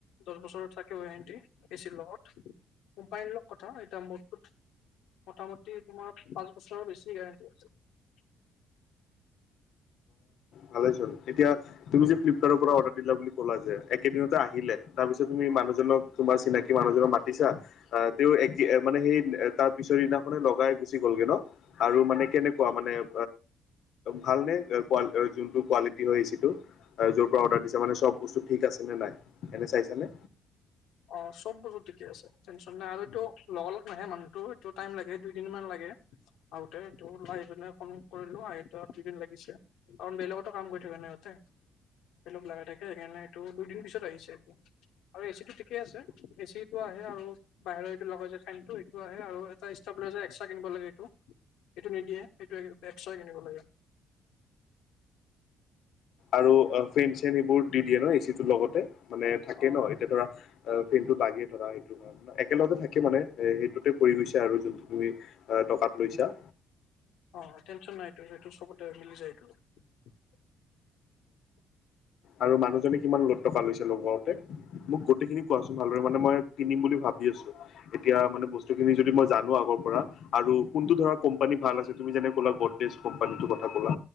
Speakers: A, on the left; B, on the left.
A: দহ বছ থাকে ৱাৰেণ্ট। দি দিছিল লগত, কোম্পানিৰ লগত কথা। এতিয়া মো-টো মোতামুটি তোমাৰ পাঁচ বছৰৰ বেছি গেৰেণ্টি আছে।
B: ভালে চোন, এতিয়া তুমি যে ফ্লিপকাৰ্টৰ পৰা অৰ্ডাৰ দিলা বুলি ক'লা যে এক কেইদিনতে আহিলে। তাৰপিছতে তুমি মানুহজনক, তোমাৰ চিনাকি মানুহজনক মাত দিছা, আ তেওঁ এক এ মানে সেই তাৰ পিছৰ দিনাখনে লগাই গুচি গ'লগে ন? ' আৰু মানে কেনেকুৱা? মানে অ ভালনে কুৱা---ঐ যোনটো কোৱালিটি হ'য়, এচিটো য'ৰ পৰা অৰ্ডাৰ দিছা মানে চব বস্তু ঠিক আছে নে নাই, এনে চাইছানে?
A: <inaudible> অঁ, চব বস্তু ঠিকেই আছে। টেনশ্যন নাই আৰু এইটো। লগা লগ নাহে মানুহটো, এইটো টাইম লাগে। দুইদিনমান লাগে। হেঁ, আহোতেটো নাইনে নে কোনো? কৰিলোঁ আ এই দুদিন লাগিছে কাৰণ বেলেগটো কাম কৰি থাকে ন'সিহঁতে। লগ লাগাই থাকে। সেইকাৰণে এইটো দুইদিন পিছত আহিছে আৰু এচিটো ঠিকেই আছে। এ চি টো আহে আৰু বাহিৰত এইটো লগাইছে। ফেন টো এইটো আহে আৰু ষ্ট-ষ্টব্লেজাৰ এক্সট্ৰা কিনিব ব লাগে এইটো। এইটো নিদিয়ে, এইটো এক্সট্ৰা কিনিব লাগে। <inaudible>
B: আৰু অঁ ফেন-চেন এইবোৰ দি দিয়ে ন'এচিটোৰ লগতে। মানে থাকে
A: অ
B: ন'? এতিয়া ধৰা আৰু ফিলটো লাগে ধৰা, সেইটো কাৰ একেলগে থাকে। একে মানে এ সেইটোতে পৰি গৈছে আৰু যোনটো তুমি অ টকাত লৈছা।
A: অঁ টেন্‌চন নাইটো সেইটো চবতে মিলি যায়টো। <inaudible>
B: আৰু মানুহজনে কিমান লাখ টকা লৈছে লগোৱাওঁতে? মোক গোটেইখিনি কোৱাচোন ভালদৰে। মানে, মই কিনিম বুলি ভাৱি আছো। এতিয়া মানে বস্তুখিনি যদি মই জানো আগৰ প প পৰা আৰু কোনটো ধৰা কোম্পানী ভাল আছে। তুমি যেনে ক'লা গডৰেজ কোম্পানীটোৰ কথা ক'লা।